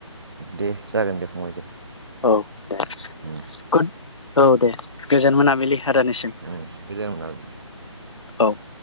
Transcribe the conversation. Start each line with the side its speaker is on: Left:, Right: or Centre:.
Right: दे जागोन दे फंबाय दे
Left: औ दे
Right: उम
Left: गोद औ दे गोजोन मोनाबिलि आदानिसिम
Right: उम गोजोन मोनाबिलि
Left: औ <inaudible>